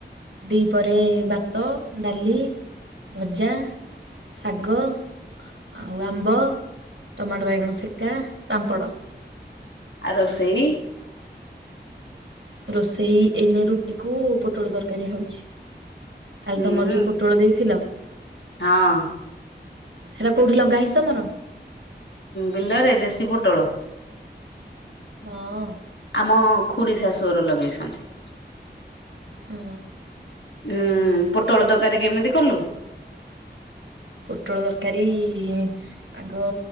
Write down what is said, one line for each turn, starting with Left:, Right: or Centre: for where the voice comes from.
Right: ଦିପହରେ ଭାତ ଡାଲି। ଭଜା ଶାଗ ଆଉ ଆମ୍ବ ଟମାଟୋ ବାଇଗଣ ସେକା ପାମ୍ପଡ।
Left: ଆ ରୋଷଇ?
Right: ରୋଷେଇ ଏଇନେ ରୁଟି କୁ ପୋଟଳ ତରକାରୀ ହଉଛି। କାଲି
Left: ହୁଁ
Right: ତମର ଯଉ ପୋଟଳ ଦେଇଥିଲ।
Left: ହଁ
Right: ହେରା କୋଉଠି ଲଗା ହେଇଚି ତମର?
Left: ବିଲ ରେ ଦେଶୀ ପୋଟଳ।
Right: ହଁ।
Left: ଆମ ଖୁଡିଶାଶୁ ହର ଲଗେଇଛନ୍ତି।
Right: ହୁଁ।
Left: ହୁଁ ପୋଟଳ ତରକାରୀ କେମିତି କଲୁ?
Right: ପୋଟଳ ତରକାରୀ ଉ ଆଗ